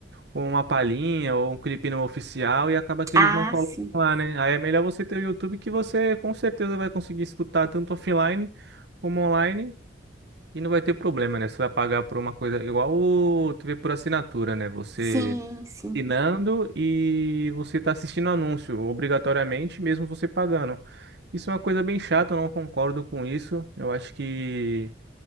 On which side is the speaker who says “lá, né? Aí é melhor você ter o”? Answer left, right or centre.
Right